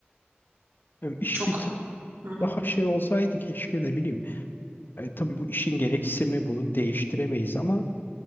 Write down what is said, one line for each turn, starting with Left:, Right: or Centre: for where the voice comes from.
Left: Yani iş
Right: Çok
Left: bir tık
Right: hı hı.
Left: daha şey olsaydı keşke ne bileyim. E, tabii bu işin gereksimi bunu değiştiremeyiz ama